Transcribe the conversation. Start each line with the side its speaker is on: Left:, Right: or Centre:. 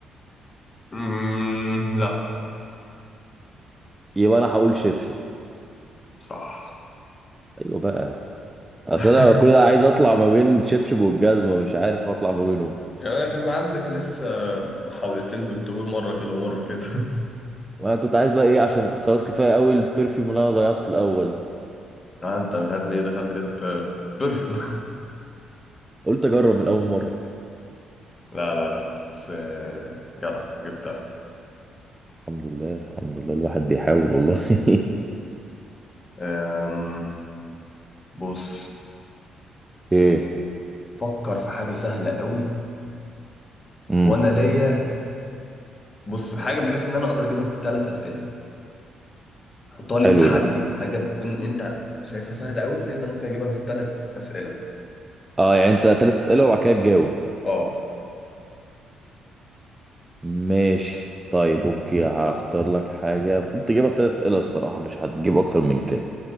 Left: امم لا
Right: يبقى انا هقول شبشب
Left: صح
Right: ايوه بقى اصل
Left: <laughs>
Right: انا كل ده عايز اطلع ما بين شبشب والجزمه مش عارف اطلع ما بينهم
Left: يعني انا كان عندك لسه محاولتين كنت تقول مرة كده ومرة كده <laughs>
Right: وانا كنت عايز بقى ايه عشان خلاص كفايه قوي البرفيوم اللي انا ضيعته في الاول ده
Left: آه، انت مش عارف ليه دخلت كده آه برفيوم
Right: قلت اجرب من اول مره
Left: <laughs> لا لا لا بس آه، جدع جبتها
Right: الحمد لله الحمد لله الواحد بيحاول والله <laughs>
Left: أم، بص
Right: ايه
Left: فكر في حاجة سهلة قوي
Right: امم
Left: وانا ليا بص في حاجة بحيث ان انا اقدر اجيبها في ثلاث اسئلة حطها لي
Right: حلو
Left: تحدي
Right: ده
Left: حاجه بتكون انت شايفها سهله قوي ان انت ممكن اجيبها في ثلاث اسئله
Right: اه يعني انت تلات اسئله وبعد كده تجاوب
Left: اه
Right: ماشي طيب اوكي هختار لك حاجه المفروض تجيبها في تلات اسئله الصراحه مش هتجيب اكتر من كده